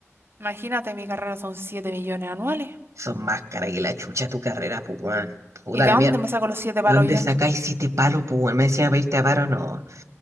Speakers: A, on the right; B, on the right.
A: Imagínate, mi carrera son 7 millones anuales.
B: Son más caras que la chucha tu carrera, pues, weón. Puta
A: ¿Y de
B: la
A: dónde
B: mierda.
A: me saco los siete
B: ¿De
A: palos
B: dónde
A: yo?
B: sacáis siete palos, pues, weón? Me decían pedirte a paro, no.